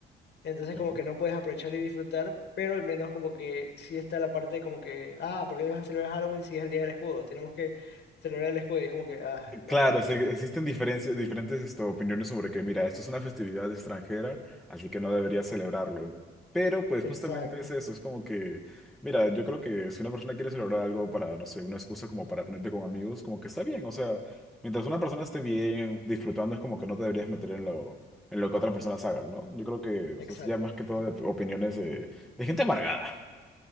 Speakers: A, on the left (about 60°); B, in the centre.
A: Entonces
B: Claro.
A: como que no puedes aprovechar y disfrutar, pero al menos como que sí está la parte de como que, ah, ¿por qué vas a celebrar Halloween si es el día del escudo? Tenemos que celebrar el escudo y es como que, ah, no
B: Claro,
A: manches.
B: sí, existen diferencias, diferentes esto, opiniones sobre que, mira, esto es una festividad extranjera, así que no deberías celebrarlo. Pero pues
A: Exacto,
B: justamente es eso, es como que, mira, yo creo que si una persona quiere celebrar algo para, no sé, una excusa como para reunirte con amigos, como que está bien, o sea, mientras una persona esté bien, disfrutando, es como que no te deberías meter en lo, en lo que otras personas hagan, ¿no? Yo creo que
A: exactamente.
B: es ya más que todo de opiniones de, de gente amargada.